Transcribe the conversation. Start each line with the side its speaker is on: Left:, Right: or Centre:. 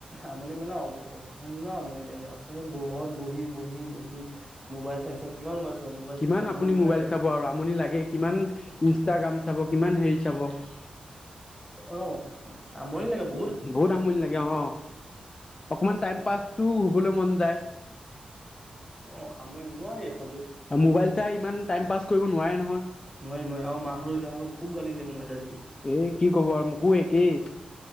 Centre: আমনি মানে অ' অধন্য আমনি লাগে অথনি বহুত বহি-বহি-বহি মোবাইল চাই চাই কিমান মোবাইল চাই চোৱা মোবাইল
Left: কিমান
Centre: চাই
Left: আপুনি
Centre: মূৰ বিষাই
Left: মোবাইল
Centre: যায়
Left: চাব আৰু আমনি লাগে কিমান ইনষ্টাগ্ৰাম । চাব কিমান হেৰি চাব ।
Centre: অ আমনি লাগে ।
Left: বহুত আমনি লাগে অ' অকমান টাইম পাছ । টো হ'বলৈ মন যায় ।
Centre: অ' আপুনি নোৱাৰে ।
Left: আৰু মোবাইল চাই ইমান টাইম পাছ কৰিব নোৱাৰে নহয়
Centre: নোৱাৰি নোৱাৰি আৰু মাহঁতো তেতিয়া খুব গালি দিয়ে মোবাইল চাই থাকিলে
Left: এ' কি কব আৰু মোকো একেই।